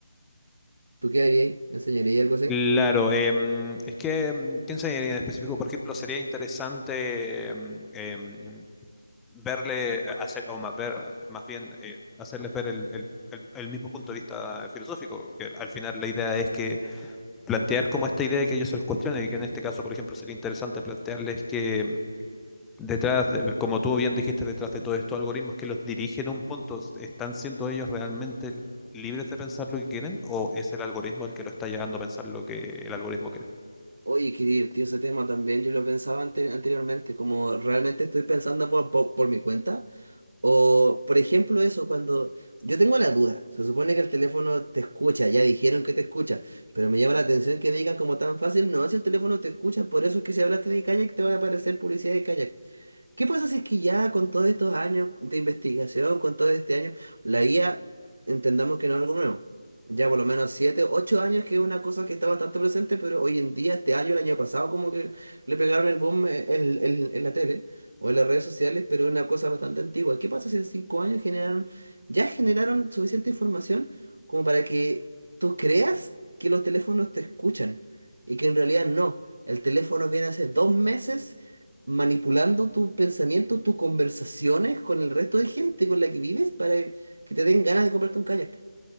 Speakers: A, on the right; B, in the centre.
A: ¿Tú qué harías? ahí? ¿Enseñarías algo así?
B: Claro, em, es que, em, ¿quién sería en específico? Por ejemplo, sería interesante em, em, verle, hacer, o más, ver, más bien eh, hacerles ver el, el- el- el mismo punto de vista filosófico, que al final la idea es que plantear como esta idea y que ellos se los cuestionen, y que en este caso, por ejemplo, sería interesante plantearles que Detrás, de- como tú bien dijiste, detrás de todos estos algoritmos que los dirigen a un punto, ¿están siendo ellos realmente libres de pensar lo que quieren o es el algoritmo el que lo está llevando a pensar lo que el algoritmo quiere?
A: Oye, qué divertido ese tema también. Yo lo pensaba ante- anteriormente, como realmente estoy pensando por, por, por mi cuenta, O, por ejemplo, eso, cuando yo tengo la duda, se supone que el teléfono te escucha, ya dijeron que te escucha, pero me llama la atención que me digan como tan fácil, no, si el teléfono te escucha, por eso es que si hablaste de kayak te va a aparecer publicidad de kayak. ¿Qué pasa si es que ya con todos estos años de investigación, con todo este año, la IA, entendamos que no es algo nuevo? Ya por lo menos siete, ocho años que es una cosa que está bastante presente, pero hoy en día, este año, el año pasado, como que le pegaron el boom eh, en, en- en la tele o en las redes sociales, pero es una cosa bastante antigua. ¿Qué pasa si en cinco años generaron, ya generaron suficiente información como para que tú creas que los teléfonos te escuchan y que en realidad no? El teléfono viene hace dos meses manipulando tus pensamientos, tus conversaciones con el resto de gente con la que vives para que te den ganas de comprarte un kayak.